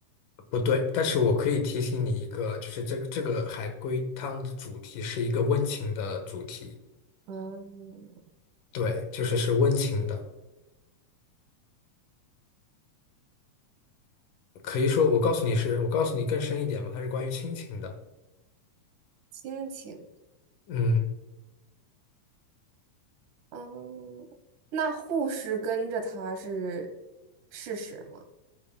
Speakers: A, on the left; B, on the right.
A: 不对，但是我可以提醒你一个，就是这这个海龟汤的主题是一个温情的主题，
B: 嗯，
A: 对，就是是温情的，可以说我告诉你是，我告诉你更深一点吧，它是关于亲情的，
B: 心情，
A: 嗯，
B: 嗯，那护士跟着他是事实吗？